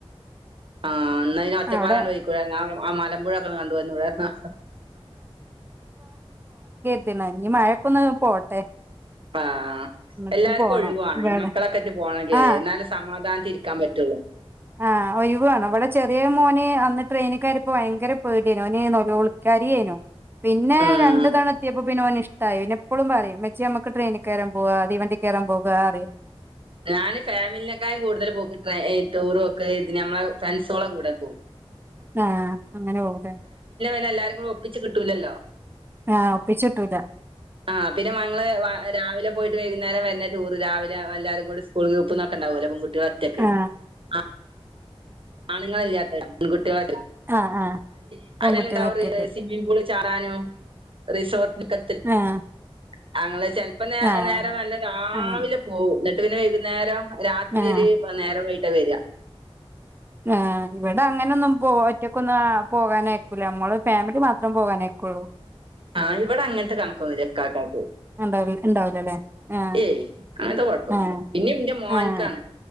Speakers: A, on the right; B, on the right.
A: ആ ഇന്നയ്ന് ഒറ്റപ്പാലാണ്ട്
B: അവിടെ
A: പൊയ്ക്കൂടേ <unintelligible> ആ ആ മലമ്പുഴൊക്കെ കണ്ടുവന്നൂടാര്ന്നോ
B: ഇഞ്ഞ് മഴക്കൊന്ന് പോട്ടെ.
A: ആ.
B: എന്നിട്ട്
A: എല്ലാർക്കും
B: പോണം
A: ഒഴിവുവാണം
B: ഇവിടെ
A: മക്കളൊക്കേറ്റ് പോണങ്കി
B: ആ
A: ഇന്നാലെ സമാധാനത്തിരിക്കാൻ പറ്റുള്ളൂ
B: ആഹ് ഒയ് വ് വാണം ഇവടെ ചെറിയ മോന് അന്ന് ട്രെയിനി കേറിയെപ്പോ വയങ്കര പേടിയെന്നി ഓന് നോലോളി കരയേനു പിന്നെ
A: ആഹ്
B: രണ്ടു താണെത്തിയപ്പോ പിന്നെ ഓന് ഇഷ്ടായി പിന്നെപ്പളും പറയും ഇമ്മച്ചിയെ ഞമ്മക്ക് ട്രെയിനിക്കേറാൻ പോവാ തീവണ്ടി കേറാൻ പോകാറിം
A: ഞാന് ഫാമിലിനെക്കാലും കൂടുതൽ പോക്ക് ട്ര എ ടൂർ പോക്ക് ഇത് നമ്മളെ ഫ്രണ്ട്‌സോളെ കൂടെ പോവും
B: ആഹ് അങ്ങനെ പോവും ലെ.
A: ന്നെല്ലാരും, കൂടെ, ഒപ്പിച്ച് കിട്ടൂല്ലല്ലോ.
B: ആഹ, ഒപ്പിച്ചിട്ടു
A: ആ, പിന്നെ മങ്ങൾ, വ, രാവിലെ പോയിട്ട്, വൈകുന്നേരം, വര്ണ, ടൂർ, ര എല്ലാരുംകൂടെ, സ്കൂൾ ഗ്രൂപ്പിന്നൊക്കെണ്ടാവൂലോ, പെൺകുട്ടിയാളൊറ്റക്ക്,
B: ആ
A: ആ ആണുങ്ങളല്ലാത്ത, പെൺകുട്ടികള <unintelligible>
B: ആ ആ
A: <unintelligible>
B: പെൺകുട്ടികൾ ഒറ്റക്ക്
A: സ്വിമ്മിംഗ് പൂള് ചാടാഞ്, റിസോർട്ടൊക്കെ
B: ആഹ്
A: <unintelligible> ചെലപ്പോ, ന,
B: ആഹ്
A: നേരെ നല്ല, രാവിലെ
B: അങ്ങനെ
A: പോവും, ന്നട്ട്, പിന്നെ വൈകുന്നേരം രാത്രില്,
B: ആഹ്
A: നേരം, വയ്കിട്ട വര
B: ആ, ഇവടെ ങ്ങനൊന്നും, പൊ, ഒറ്റക്കൊന്നും, അ, പോവനയ്ക്കൂല, മ്മള്, ഫാമിലി,, മാത്രം, പോവാ <unintelligible>
A: ആഹ് ഇവിടെ, അങ്ങനത്തെ, കണക്കൊന്നുംല്ലക്കാക്കാക്ക്.
B: ഉണ്ടാവ ഉണ്ടാവൂലല്ലേ ആഹ്
A: ഏയ്, അങ്ങനെത്തെ, കൊയപ്പൊന്നുല്ല,
B: ആഹ്
A: പിന്നെന്റെ മോൻക്കാണ്,
B: ആഹ്